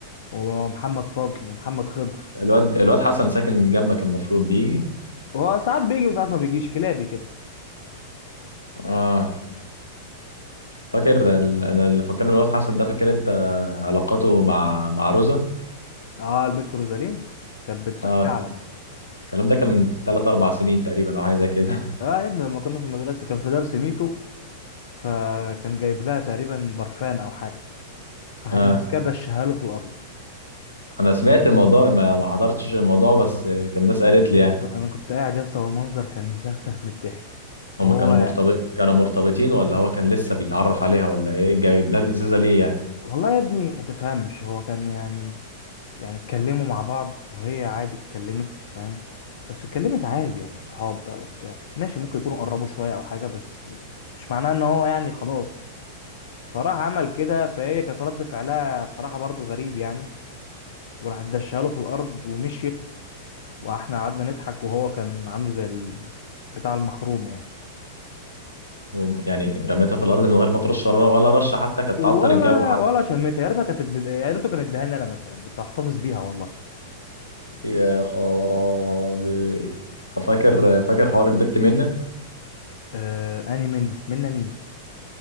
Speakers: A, on the left; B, on the left.
A: ومحمد فضل ومحمد خضر
B: الواد الواد حسن ساكن جنبك المفروض بيجي
A: هو ساعات بيجي وساعات ما بيجيش كلابي كده
B: اه فاكر ال- انا اللي فكرني بالواد حسن ده فاكر انت علاقته مع مع روزا
A: اه البت روزالين كانت بتسكع
B: اه
A: له
B: الكلام ده كان من تلات اربع سنين تقريبا او حاجه زي كده
A: اه يا ابني لما كنا في المدرسه كان في درس ميتو فكان جايب لها تقريبا برفان او حاجه
B: <laughs>
A: فحد
B: اه
A: ماسكاه دشها له في الارض
B: انا سمعت الموضوع ما ما حضرتش الموضوع بس كان الناس قالت لي
A: انا
B: يعني
A: ك- أنا كنت قاعد يا اسطى والمنظر كان يسخسخ من الضحك وهو
B: هما كانوا مرتبط كانوا مرتبطين ولا هو كان لسه بيتعرف عليها ولا ايه جايب لها الازازه ليه يعني
A: والله يا ابني ما تفهمش هو كان يعني يعني اتكلموا مع بعض وهي عادي اتكلمت فاهم بس اتكلمت عادي يعني صحاب بقى وبتاع ماشي ممكن يكونوا قربوا شوية أو حاجة بس مش معناه إن هو يعني خلاص فراح عمل كده فهي كانت رد فعلها بصراحة برضو غريب يعني وراحت دشها له في الأرض ومشيت وإحنا قعدنا نضحك وهو كان عامل زي ال... بتاع المخروم يعني
B: وم- يعني رميتها في الارض من غير ما ترش ولا ولا رشه حتى كانت
A: ولا
B: تعطر الجو حتى
A: ولا شميتها يا ريتها كانت اد- يا ريته كان اداها لي أنا مثلا كنت هحتفظ بيها والله
B: يا خرابي فاكر فاكر حوار البت منة
A: آه أني منا منا مين